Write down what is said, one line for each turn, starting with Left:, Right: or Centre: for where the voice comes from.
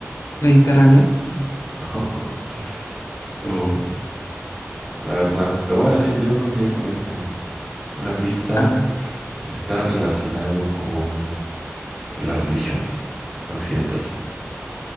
Left: ¿Mediterráneo? No.
Centre: <laughs> No. A ver, nada, te voy a decir, yo creo que ya con esta. Una pista
Left: A ver,
Centre: está relacionado con la religión occidental.